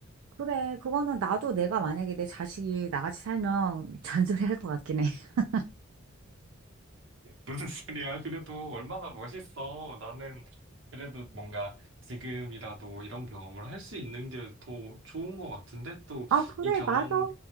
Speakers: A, on the right (about 80°); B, on the right (about 60°).
A: 그래, 그거는 나도 내가 만약에 내 자식이 나같이 살면 잔소리 할 것 같긴 해. <laughs>
B: 무슨 소리야? 그래도 얼마나 멋있어. 나는 그래도 뭔가 지금이라도 이런 경험을 할 수 있는 게 더 좋은 것 같은데 또
A: 아, 그래,
B: 이 경험,
A: 맞아.